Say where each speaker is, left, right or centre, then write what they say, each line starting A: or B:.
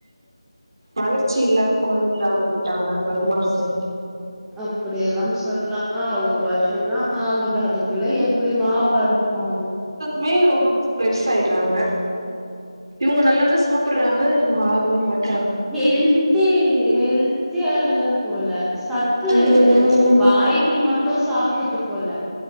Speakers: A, on the right (about 45°); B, in the centre.
A: வளர்ச்சி இல்லாத குழந்தை ஆகி விட்டாங்க பய் மார்சன்
B: அப்டியல்லாம் சொல்லாமா ஒரு வருஷம்தா ஆகுது அதுக்குள்ள எப்டிமா பருசாகு
A: மே ரொம்ப பெருசாயிட்றாங்க இவுங்க நல்லா தா சாப்புற் றாங்கா இவுங்க ஆகவே மாட்
B: ஹெல்த்தி ஹெல் த்தியா இல்ல போல சத்து
A: ம் ம்
B: வாய்க்கி மட் ட்டு சாப்புற்து போல